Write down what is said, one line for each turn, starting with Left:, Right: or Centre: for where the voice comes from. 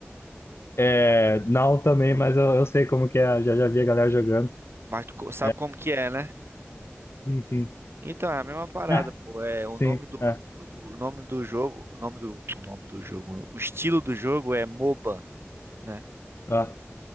Left: É, não também, mas eu, eu sei como que é. Já, já vi a galera jogando.
Right: Mas tu co- sabe
Left: É,
Right: como que é, né?
Left: Sim, sim.
Right: Então, é a mesma parada,
Left: Ah,
Right: pô. É o
Left: sim.
Right: nome do.
Left: Ah,
Right: do- O nome do jogo, o nome do, o nome do jogo, o estilo do jogo é MOBA, né?
Left: ah,